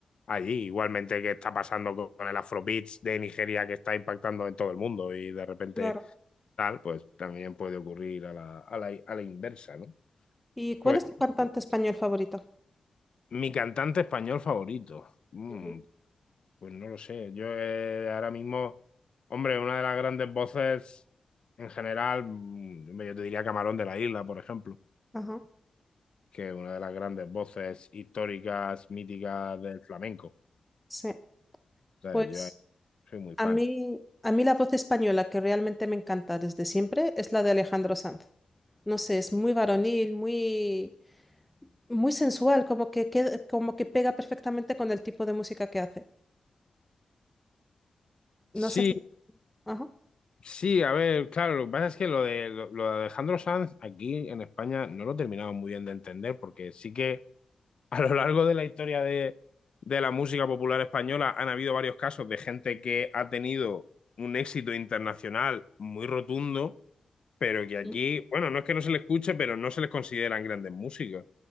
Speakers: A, on the left; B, in the centre.
A: allí, igualmente que está pasando con, con el Afrobeats de Nigeria que está impactando en todo el mundo y de repente
B: Claro.
A: tal, pues también puede ocurrir a la, a la, a la inversa, ¿no?
B: ¿Y cuál
A: Pues
B: es tu cantante español favorito?
A: mi cantante español favorito. mm,
B: Ujú.
A: Pues no lo sé. Yo eh, ahora mismo, hombre, una de las grandes voces en general, mm, hombre, yo te diría Camarón de la Isla, por ejemplo,
B: Ajá,
A: que es una de las grandes voces históricas, míticas del flamenco. O
B: sí.
A: sea,
B: Pues
A: yo soy muy
B: a
A: fan.
B: mí, a mí la voz española que realmente me encanta desde siempre es la de Alejandro Sanz. No sé, es muy varonil, muy, Muy sensual, como que, queda- como que pega perfectamente con el tipo de música que hace. No
A: Sí,
B: sé si... Ajá.
A: sí, a ver, claro, lo que pasa es que lo de, lo, lo de Alejandro Sanz aquí en España no lo terminamos muy bien de entender, porque sí que A lo largo de la historia de, de la música popular española han habido varios casos de gente que ha tenido un éxito internacional muy rotundo, pero que aquí,
B: Sí,
A: bueno, no es que no se le escuche, pero no se les consideran grandes músicos.